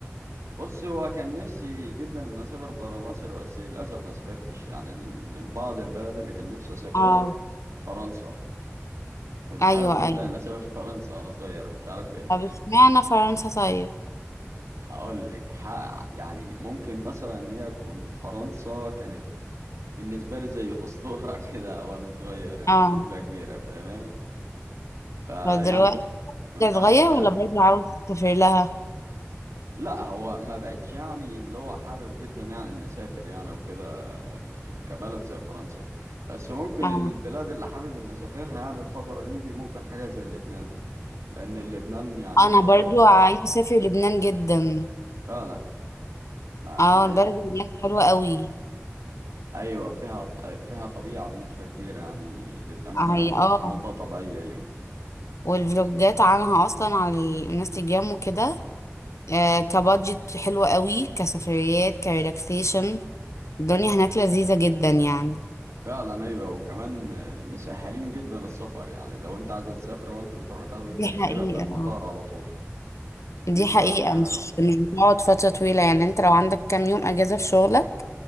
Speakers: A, on the right; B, on the left.
A: بص هو كان نفسي جدا ان اسافر برا مصر بس للاسف ما سافرتش يعني ال- من بعض البلد اللي كان نفسي اسافرها
B: اه
A: فرنسا كنت
B: ايوه
A: حابب جدا
B: ايوه
A: ان اسافر <laughs> فرنسا وانا صغير مش عارف ليه
B: طب اشمعنى فرنسا طيب
A: هقول لك ح- يعني ممكن مثلا ان هي تكون فرنسا كانت بالنسبه لي زي اسطوره <laughs> كده وانا صغير يعني
B: اه
A: بنسبه كبيره فاهماني فيعني
B: فدلوقتي
A: كنت
B: هتتغير
A: حاسس
B: ولا
A: يعني
B: برضه عاوز تسافر لها
A: لا هو ما بقتش يعني اللي هو حابب جدا يعني ان اسافر يعني وكده ف- كبلد زي فرنسا بس ممكن
B: اه
A: البلاد اللي حابب ان اسافرها يعني الفترة دي دي ممكن حاجة زي لبنان لان لبنان يعني
B: انا
A: قريب
B: برضه عايزة اسافر لبنان جدا
A: فعلا ما,
B: اه
A: ما
B: البلد هناك حلوة قوي
A: ايوه فيها ط- فيها طبيعة بنسبة كبيرة يعني للأمانة
B: هي اه
A: منطقة طبيعية ايوه
B: والفلوجات عنها اصلا على الانستجرام وكده آه كبادجت حلوة قوي كسفريات كريلاكسيشن الدنيا هناك لذيذة جدا يعني
A: فعلا ايوه وكمان مسهلين جدا السفر يعني لو انت عايز تسافر وانت بتروح تاخد التأشيرة
B: دي حقيقة
A: من المطار
B: اه
A: على طول فدي
B: دي حقيقة
A: فعلا حاجة
B: مش
A: حلوة
B: مش بتقعد فترة طويلة يعني انت لو عندك كام يوم اجازة في شغلك